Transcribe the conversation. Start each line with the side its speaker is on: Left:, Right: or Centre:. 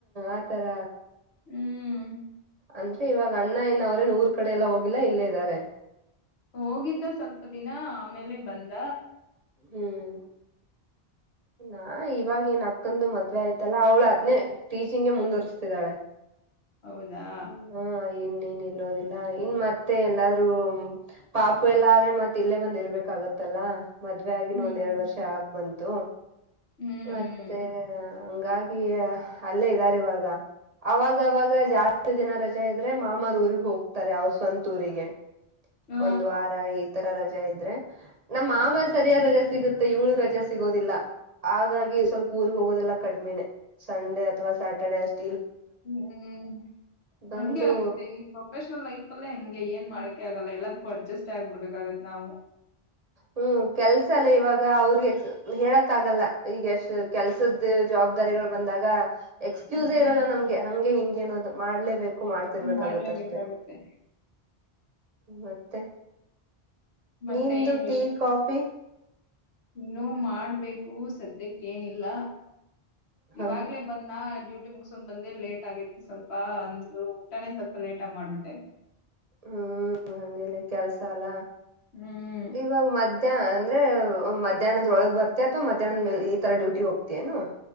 Right: ಆತರ
Left: ಹ್ಮ್
Right: ಅಂದ್ರೆ ಇವಾಗ ಅಣ್ಣ ಏನ ಅವ್ರೇನ್ ಊರ್ ಕಡೆ ಎಲ್ಲ ಹೋಗಿಲ್ಲಾ ಇಲ್ಲೇ ಇದ್ದಾರೆ.
Left: ಹೋಗಿದ್ದ ಸ್ವಲ್ಪ ದಿನ ಆಮೇಲೆ ಬಂದ.
Right: ಹ್ಮ್. ನಾ ಇವಾಗ ಏನ್ ಅಕ್ಕಂದು ಮದ್ವೆ ಆಯ್ತಲ್ಲಾ ಅವ್ಳು ಅದ್ನೇ ಟೀಚಿಂಗಗೆ ಮುಂದುವರಿಸಸ್ತಿದ್ದಾಳೆ.
Left: ಹೌದಾ
Right: ಹಾನ್ನ ಇನ್ ಇಲ್ಲೋದಿಲ್ಲ ಇನ್ ಮತ್ತೆ ಎಲ್ಲಾದ್ೂ ಪಾಪು ಎಲ್ಲ ಆದ್ರೆ ಮತ್ತ ಇಲ್ಲೇ ಬಂದ್ ಇರ್ಬೇಕಾಗತ್ತಲ್ಲ. ಮದ್ವೆ ಆಗಿನ
Left: ಹ್ಮ್
Right: ಒಂದ್ ಎರಡ್ ವರ್ಷ ಹಾಕ್ ಬಂತು
Left: ಹ್ಮ್
Right: ಮತ್ತೆ. ಹಂಗಾಗಿ ಅಲ್ಲೇ ಇದ್ದಾರೆ ಇವಾಗ. ಅವಾಗವಾಗ ಜಾಸ್ತಿ ದಿನ ರಜೆ ಇದ್ರೆ ಮಾಮರ ಊಗ್ ಹೋಗ್ತಾರೆ ಅವ್ರ ಸ್ವಂತ ಊರಿಗೆ.
Left: ಹಾ
Right: ಒಂದು್ ವಾರ ಈ ತರ ರಜೆ ಇದ್ರೆ ನಮ್ಮ ಆಮರ್. ಸರಿಯ ರಜೆ ಸಿಗುತ್ತೆ ಇವಳು ರಜಾ ಸಿಗೋದಿಲ್ಲ. ಹಾಗಾಗಿ ಸ್ವಲ್ಪ ಊರ್ರಿಗೆ ಹೋಗೋದೆಲ್ಲ ಕಡಿ್ಮಿನೇ ಸಂಡೇ ಅಥವಾ ಸ್ಯಾಟರ್ಡೆ ಅಷ್ಟೆ.
Left: ಹ್ಮ್
Right: ಬಂದು
Left: ಹಗೆ ಆಗತ್ತೆ ಈ ಪ್ರೊಫೆಷನಲ್ ಲೈಫಲ್ಲೇ ಹಂಗೆ ಏನ್ ಮಾಡಕ್. ಆಗಲ್ಲ ಎಲ್ಲದಕ್ಕೂ ಅಡ್ಜಸ್ಟ್ ಆಗ್ಬಿಡ್ಬೇಕಾಗತ್ತತ್ ನಾವು.
Right: ಹ್ಮ್ ಕೆಲ್ಸ ಅಲ್ಲ ಇವಾಗ ಅವ್ರಿಗೆ ಹೇಳಕ್ ಆಗಲ್ಲ ಈಗ ಎಷ್ಟು ಕೆಲ್ಸದ್ದ ಜವಾಬ್ದಾರಿಗಳು. ಬಂದಾಗ ಎಕ್ಸ್ಕ್ಯೂಸ್
Left: ಹ್ಮ್
Right: ಇರಲ್ಲ ನಮ್ಗೆ ಹಂಗೆ ಹಿಂಗೆ ಅನ್ನೋದು ಮಾಡ್ಲೇಬೇಕು. ಕಕ್ಕು ಮಾಡ್ತಿರ್ಬೇಕಾಗತ್ತ
Left: ಮಾಡ್ಲೇಬೇಕಾಗತ್ತೆ
Right: ಅಷ್ಟೆ ಮತ್ತೆ.
Left: ಮತ್ತೆ
Right: ನಿಂದು
Left: ಏನ್.
Right: Tea coffee.
Left: ಇನ್ನುೂ ಮಾಡ್ಬೇಕು ಸದ್ಯಕ್ಕೇನಿಲ್ಲ.
Right: ಹ
Left: ಇವಾಗ್ಲೇ ಬಂದ ಡ್ಯೂಟಿ. ಟ್ಟಿ ಮುಗಸೊಂಡ್ ಬಂದ ಲೇಟ್ ಆಗಿತ್ತು ಸ್ವಲ್ಪ ಅಂದ ಊಟಾನೇ ಸ್ವಲ್ಪ ಲೇಟ್ ಆಗಿ ಮಾಡ್ಬಿಟ್ಟೆ.
Right: ಹ್ಮ್ ಹಂಗೇಲೆ ಕೆಲ್ಸ ಅಲ್ಲ
Left: ಹ್ಮ್
Right: ಇವಾಗ ಮದ. ಮಧ್ಯಾ್ ಅಂದ್ರೆ ಮಧ್ಯಾಹ್ನದೊಳಗ್ ಬರ್ತೆ ಅಥವಾ ಮಧ್ಯಾಹ್ನದ ಮೇಲೆ ಈ ತರ ಡ್ಯೂಟಿ ಹೋಗ್ತ ಏನು.